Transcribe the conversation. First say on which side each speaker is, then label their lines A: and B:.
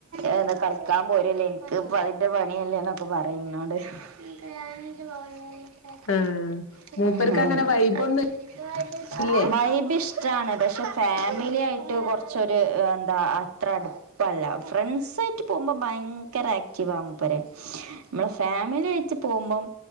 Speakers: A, on the right; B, on the left.
A: എ കളിക്ക നിക്കാൻ പോരല്ലേ എനിക്ക് ഇപ്പ അതിന്റെ പണിയല്ലേ എന്നൊക്കെ പറയും ഇന്നോട് ബരിയാനി ബ വ കച്ച
B: ആഹ് മൂപ്പർക്ക്
A: <unintelligible>
B: അങ്ങനെ വൈബൊന്നും ഇല്ലേ
A: വൈബിഷ്ടാണ് പക്ഷെ ഫാമിലി ആയിട്ട് കുറച്ചൊരു എന്താ അത്ര അടുപ്പല്ല ഫ്രണ്ട്സ് പോുമ്പോ ഭയങ്കര ആക്ടിവ നമ്മളെ ഫാമിലി- വച്ച് പോകുമ്പം